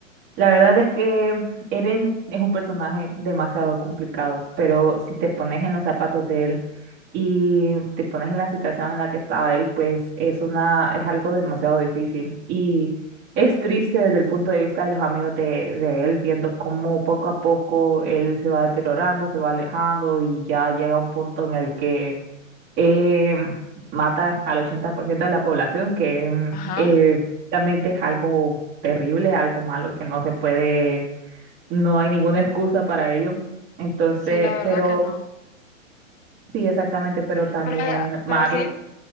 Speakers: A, on the right (about 25°); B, on the left (about 20°).
A: La verdad es que Eren es un personaje demasiado complicado, pero si te pones en los zapatos de él y te pones en la situación en la que estaba él, pues es una, es algo demasiado difícil. Y es triste desde el punto de vista de los amigos de, de él, viendo cómo poco a poco él se va deteriorando, se va alejando y ya llega un punto en el que eh, mata al 80% de la población, que mm,
B: Ajá.
A: eh, realmente es algo terrible, algo malo, que no se puede, no hay ninguna excusa para ello. Entonces,
B: Sí, la verdad
A: pero
B: que no.
A: sí, exactamente, pero también
B: Pero,
A: Marley,
B: pero sí,